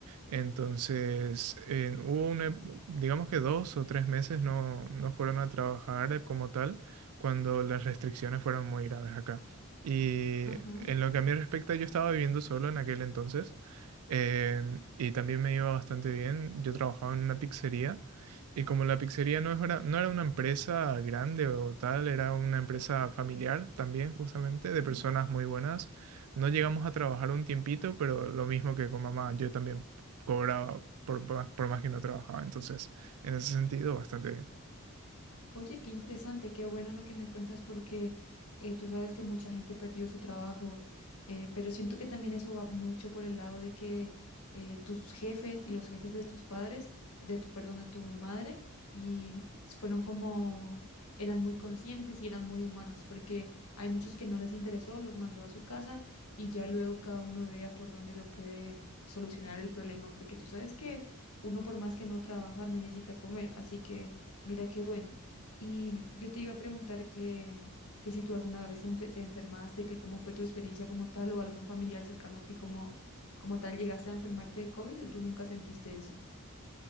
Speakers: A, on the right; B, on the left.
A: Entonces, en hubo una digamos que dos o tres meses no, no fueron a trabajar como tal cuando las restricciones fueron muy graves acá. Y
B: ajá,
A: en lo que a mí respecta, yo estaba viviendo solo en aquel entonces em, y también me iba bastante bien. Yo trabajaba en una pizzería y como la pizzería no, es una- no era una empresa grande o tal, era una empresa familiar también justamente de
B: sí.
A: personas muy buenas. No llegamos a trabajar un tiempito, pero lo mismo que con mamá, yo también cobraba por, por- por más que no trabajaba. Entonces, en ese sentido, bastante bien.
B: Oye, qué interesante, qué bueno lo que me cuentas porque eh, tú sabes que mucha gente perdió su trabajo, eh, pero siento que también eso va mucho por el lado de que eh, tus jefes y los jefes de tus padres, de tu, perdón, de tu madre, y fueron como, eran muy conscientes y eran muy humanos, porque hay muchos que no les interesó, los mandó a su casa y ya luego cada uno vea por dónde lo puede solucionar el problema, porque tú sabes que uno por más que no trabaja necesita comer, así que mira qué bueno. Y yo te iba a preguntar que, que si tú alguna vez enfe- te enfermaste, que cómo fue tu experiencia como tal o algún familiar cercano a ti como, como tal llegaste a enfermarte de COVID o tú nunca sentiste eso.